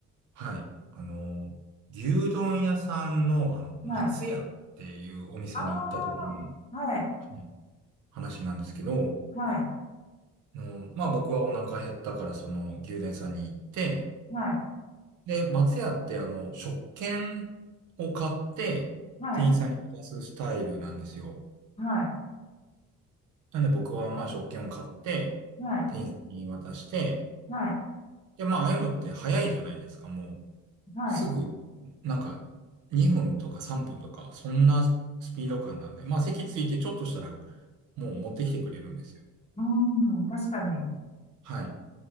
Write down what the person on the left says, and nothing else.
はい。ああ、はい、
はい、
はい、
はい、
はい、
はい、
はい、はい。
はい
うん、確かに。